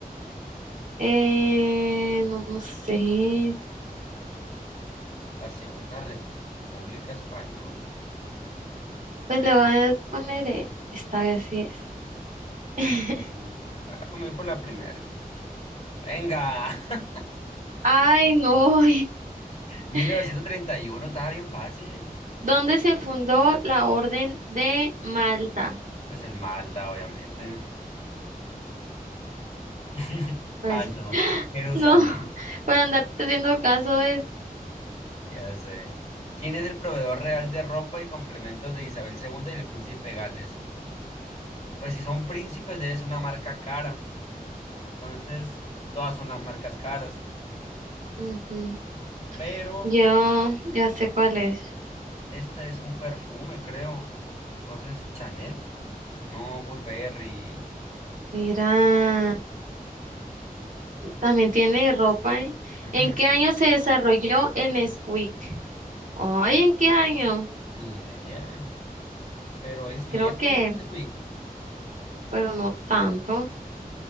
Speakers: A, on the right; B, on the left.
A: Eh, no, no sé.
B: La Segunda República Española.
A: Pues le voy a poner eh, esta vez sí es. <laughs>
B: Mm. Ah, pues me voy por la primera. ¡Venga! <laughs>
A: Ay, no.
B: 1931
A: <laughs>
B: estaba bien fácil.
A: ¿Dónde se fundó la Orden de Malta?
B: Pues el Malta, obviamente. <laughs>
A: Pues
B: Ah, no, Jerusalén,
A: no, <laughs> por andarte haciendo caso es...
B: <laughs> ya sé. ¿Quién es el proveedor real de ropa y complementos de Isabel II y el príncipe Gales? Pues si son príncipes es una marca cara, entonces todas son las marcas caras,
A: Ujú.
B: pero
A: Yo ya sé cuál es.
B: este es un perfume, creo. Entonces, Chanel, no, Burberry,
A: Mira, también tiene ropa, ¿eh?
B: <laughs>
A: ¿En qué año se desarrolló el Nesquik? Ay, ¿en qué año?
B: ni idea, pero es viejo,
A: Creo que,
B: ¿no? Nesquik?
A: pero no tanto.